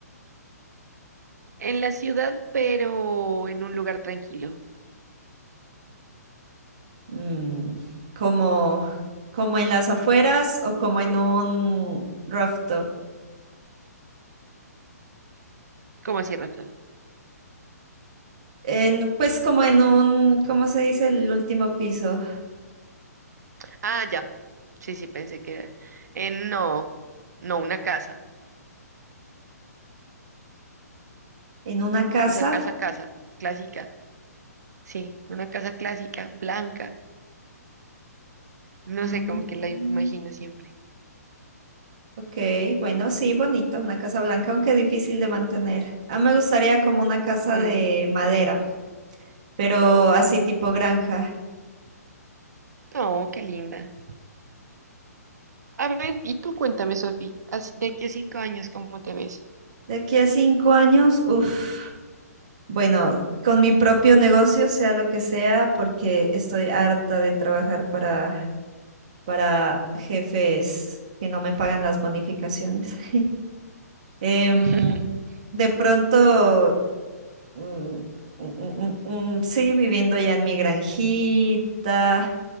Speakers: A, on the right (about 75°); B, on the right (about 25°).
A: en la ciudad, pero en un lugar tranquilo.
B: Mm, como, como en las afueras o como en un rooftop.
A: ¿Cómo así, Rafa?
B: En, pues como en un, ¿cómo se dice? El último piso.
A: Ah, ya. Sí, sí, pensé que era. eh, no, no, una casa.
B: En una casa.
A: O sea, casa, casa, clásica Sí, una casa clásica, blanca. No
B: Ah,
A: sé, como que la
B: mm,
A: imagino siempre.
B: ok, bueno, sí, bonita, una casa blanca, aunque difícil de mantener. A mí me gustaría como una casa
A: Mm,
B: de madera, pero así tipo granja.
A: oh, qué linda. A ver, y tú cuéntame, Sofi, ¿as- de aquí a cinco años, ¿cómo te ves?
B: De aquí a cinco años, uff. Bueno, con mi propio negocio, sea lo que sea, porque estoy harta de trabajar para para jefes que no me pagan las bonificaciones. <laughs> Em,
A: <laughs>
B: de pronto, mm, mm, mm, mm, mm, sí, viviendo ya en mi granjita.